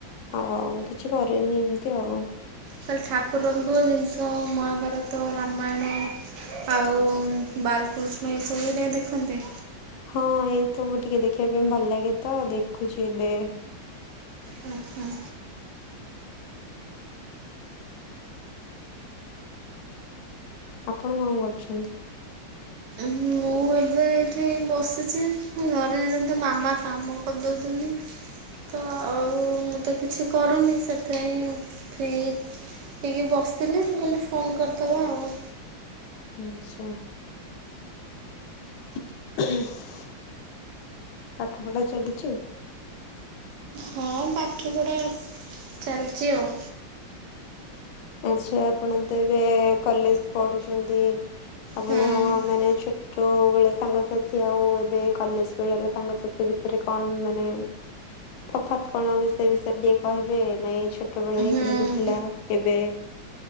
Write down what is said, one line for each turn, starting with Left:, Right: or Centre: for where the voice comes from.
Left: ଆଉ କିଛି କରେନି ଏମିତି ଆଉ।
Right: ଖାଲି ଠାକୁରଙ୍କ ଜିନିଷ ମହାଭାରତ ରାମାୟଣ ଆଉ ବାଲକୃଷ୍ଣ ଏସବୁ ହେରିକା ଦେଖନ୍ତି।
Left: ହଁ ଏ ତ ମୁ ଟିକେ ଦେଖିବା ପାଇଁ ଭଲ ଲାଗେ ତ ଦେଖୁଛି ଏବେ।
Right: ହୁଁ ହୁଁ।
Left: ଆପଣ କଣ କରୁଛନ୍ତି?
Right: ମୁଁ ଏବେ ଏଇଠି ବସିଛି ଘରେ ମାମା କାମ କରିଦଉଛନ୍ତି। ତ ଆଉ ମୁଁ ତ କିଛି କରୁନି। ସେଥିପାଇଁ ଫ୍ରିଜ୍ ଟିକି ବସିଥିଲେ ମୁଁ କହିଲି ଫୋନ୍ କରିଦେବା ଆଉ।
Left: ଆଛା। <unintelligible> ପାଠ ପଢା ଚାଲିଛି?
Right: ହଁ ପାଠପଢ଼ା ଚାଲିଛି ଆଉ।
Left: ଆଛା ଆପଣ ତ ଏବେ କଲେଜ ପଢୁଛନ୍ତି? ଆପଣ
Right: ହୁଁ
Left: ମାନେ ଛ ଟ ବେଳେ ସାଙ୍ଗସାଥି ଆଉ ଏବେ କଲେଜ ବେଳ ର ସାଙ୍ଗସାଥି ଭିତରେ କଣ ମାନେ ତଫାତ୍ କଣ ବିଷୟ ବିଷୟରେ ଟିକେ କହିବେ ନାଇଁ ଛୋଟବେଳେ
Right: ହୁଁ
Left: କେମିତି ଥିଲା ଏବେ